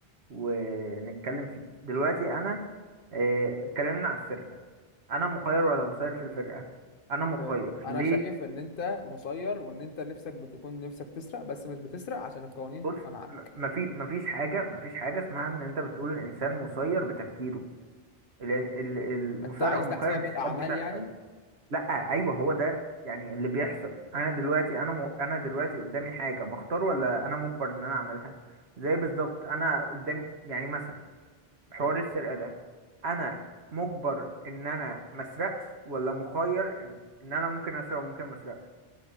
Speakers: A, on the right; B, on the left.
A: ونتكلم فيه دلوقتي انا آه، اتكلمنا على السرقة انا مخير ولا مسير في الفرقة انا مخير
B: إيه، انا
A: ليه
B: شايف ان انت مسير وان انت نفسك بتكون نفسك تسرق بس مش بتسرق عشان القوانين
A: بص
B: منعك
A: ما في ما فيش حاجة ما فيش حاجة اسمها ان انت بتقول الانسان مسير بتفكيره لأن ال- المسارقة
B: انت عايز
A: والمخالفة
B: تحسبها بالاعمال
A: دي حاجات بتحصل
B: يعني
A: لا ايوه هو ده يعني اللي بيحصل انا دلوقتي انا م... انا دلوقتي قدامي حاجة بختار ولا انا مجبر ان انا اعملها زي بالظبط انا قدام يعني مثلا حوار
B: ماشي
A: السرقة ده انا مجبر ان انا ما اسرقش ولا مخير ان إن انا ممكن اسرق وممكن ما اسرقش